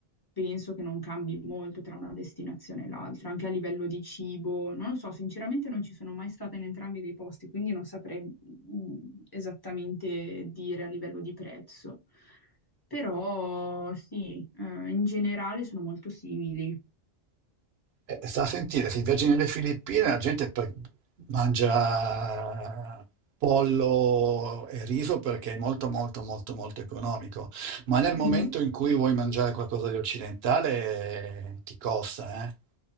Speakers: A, on the left; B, on the right.
A: penso che non cambi molto tra una destinazione e l'altra, anche a livello di cibo, non lo so, sinceramente non ci sono mai stata in entrambi dei posti, quindi non saprei mm, esattamente dire a livello di prezzo. Però sì, eh, in generale sono molto simili.
B: Eh, sta a sentire, se viaggi nelle Filippine la gente per- mangia pollo e riso perché è molto molto molto molto economico, ma nel
A: Mhm.
B: momento in cui vuoi mangiare qualcosa di occidentale eh, ti costa, eh.